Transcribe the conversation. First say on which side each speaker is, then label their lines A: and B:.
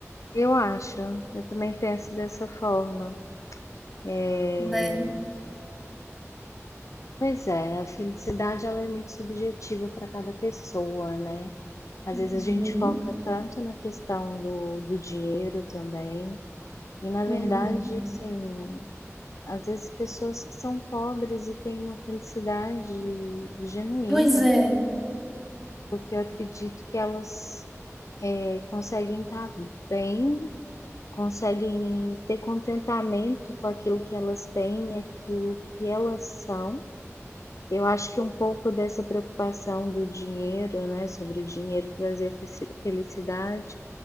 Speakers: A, on the left; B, in the centre.
A: Eu acho, eu também penso dessa forma. É,
B: Né?
A: Pois é, a felicidade ela é muito subjetiva para cada pessoa, né? Às
B: Uhum.
A: vezes a gente foca tanto na questão do, do dinheiro também, e na verdade,
B: Uhum.
A: assim, às vezes pessoas que são pobres e têm uma felicidade genuína,
B: Pois é,
A: porque eu acredito que elas eh, conseguem estar bem, conseguem ter contentamento com aquilo que elas têm, aquilo que elas são. Eu acho que um pouco dessa preocupação do dinheiro, né, sobre o dinheiro trazer fe- felicidade,